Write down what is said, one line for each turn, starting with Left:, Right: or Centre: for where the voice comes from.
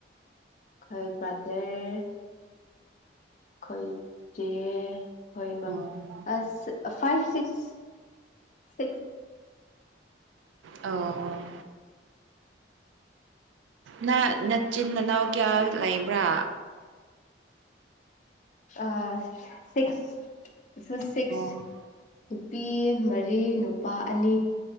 Left: ꯑꯈꯣꯏ ꯕ꯭ꯔꯥꯗꯔ ꯑꯩꯈꯣꯏ ꯆꯦ ꯍꯣꯏ ꯃ
Right: ꯑꯣ
Left: ꯑꯁ ꯐꯥꯏꯚ ꯁꯤꯛꯁ ꯁꯤꯛꯁ
Right: ꯑꯣ ꯅ ꯅꯆꯤꯟ ꯅꯅꯥꯎ ꯀꯌꯥ ꯂꯩꯕ꯭ꯔꯥ
Left: ꯑ ꯁꯤꯛꯁ ꯁꯨ ꯁꯤꯛꯁ
Right: ꯑꯣ
Left: ꯅꯨꯄꯤ ꯃꯔꯤ ꯅꯨꯄꯥ ꯑꯅꯤ